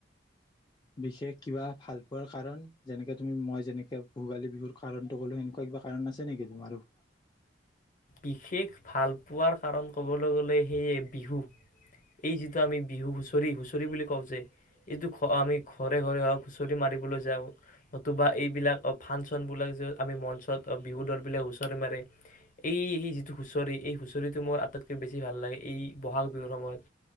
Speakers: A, on the left (about 25°); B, on the left (about 45°).
A: বিশেষ কিবা ভাল পোৱাৰ কাৰণ যেনেকে তুমি মই যেনেকে ভোগালী বিহুৰ কাৰণটো ক'লো সেনেকুৱা কিবা কাৰণ আছে নেকি তোমাৰো?
B: বিশেষ ভাল পোৱাৰ কাৰণ ক'বলৈ গ'লে সেয়ে বিহু এই যিটো আমি বিহু হুঁচৰি হুঁচৰি বুলি কওঁ যে এইটো আমি ঘৰে ঘৰে হওঁ‌ক হুঁচৰি মাৰিবলৈ যাওঁ। নতুবা এইবিলাক ফাংচনবিলাক যে আমি মঞ্চত বিহু দলবিলাক হুঁচৰি মাৰে। এই যিটো হুঁচৰি এই হুঁচৰিটো মোৰ আটাইতকৈ বেছি। বেছি ভাল লাগে এই বহাগ বিহুৰ সময়ত।